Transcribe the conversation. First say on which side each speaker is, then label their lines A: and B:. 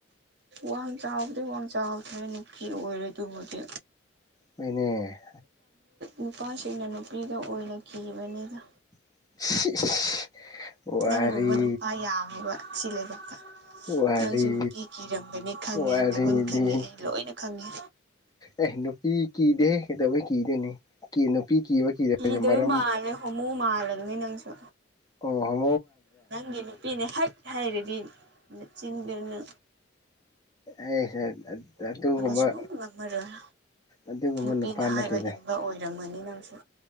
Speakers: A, on the right; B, on the left.
A: ꯋꯥꯡ ꯆꯥꯎꯕꯗꯤ ꯋꯥꯡ ꯆꯥꯎꯗ꯭ꯔꯦ ꯅꯨꯡꯇꯤ ꯑꯣꯏꯔꯦ ꯑꯗꯨꯕꯨꯗꯤ
B: ꯍꯣꯏꯅꯦ
A: ꯅꯨꯄꯥꯁꯤꯡꯅ ꯅꯨꯄꯤꯗ ꯑꯣꯏꯅ ꯀꯤꯕꯅꯤꯗ
B: <inaudible> ꯋꯥꯔꯤ
A: ꯅꯪꯒꯨꯝꯕ ꯅꯨꯄꯥ ꯌꯥꯝꯃꯦꯕ ꯁꯤ ꯂꯩꯕꯥꯛꯇ
B: ꯋꯥꯔꯤ
A: ꯅꯪꯖꯨ ꯅꯨꯄꯤ ꯀꯤꯔꯝꯒꯅꯤ ꯈꯪꯉꯦ
B: ꯋꯥꯔꯤꯗꯤ
A: ꯅꯒꯨꯟ ꯈꯪꯉꯦ ꯑꯩ ꯂꯣꯏꯅ ꯈꯪꯉꯦ
B: ꯑꯦ ꯅꯨꯄꯤ ꯀꯤꯗꯦꯍꯦ ꯀꯩꯗꯧꯕꯩ ꯀꯗꯣꯏꯅꯣ ꯀꯤ ꯅꯨꯄꯤ ꯀꯤꯕ ꯀꯤꯗꯕꯁꯦ
A: ꯀꯤꯗꯣꯏ
B: ꯃꯔꯝ
A: ꯃꯥꯜꯂꯦ ꯍꯣꯃꯨ ꯃꯥꯜꯂꯕꯅꯤ ꯅꯪꯁꯨ
B: ꯑꯣ ꯍꯣ
A: ꯅꯪꯒꯤ ꯅꯨꯄꯤꯅꯦ ꯍꯥꯠ ꯍꯥꯏꯔꯕꯤ ꯅꯆꯤꯟꯗꯨꯅ
B: ꯑꯦ ꯑꯗꯨꯒꯨꯝꯕ
A: ꯁꯨꯡꯉꯝ ꯉꯝꯃꯔꯣꯏ
B: ꯑꯗꯨꯒꯨꯝꯕ
A: ꯅꯨꯄꯤꯅ
B: ꯅꯨꯄꯥ
A: ꯍꯥꯏꯕ
B: ꯅꯠꯇꯦꯗ
A: ꯏꯟꯕ ꯑꯣꯏꯔꯝꯒꯅꯤ ꯅꯪꯁꯨ